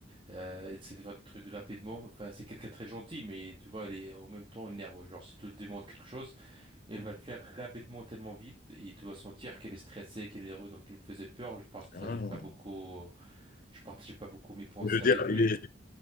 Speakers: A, on the right (about 30°); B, on the left (about 50°).
A: euh, il essaie de faire des trucs rapidement. Enfin, c'est quelqu'un de très gentil, mais tu vois, il est en même temps nerveux. Genre, si tu lui demandes quelque chose, Elle va le faire rapidement, tellement vite, et tu vas sentir qu'elle est stressée, qu'elle est nerveuse, donc elle me faisait peur. Je partageais
B: Ah.
A: pas beaucoup, je partageais pas beaucoup mes pensées
B: Je veux dire,
A: avec lui.
B: il est,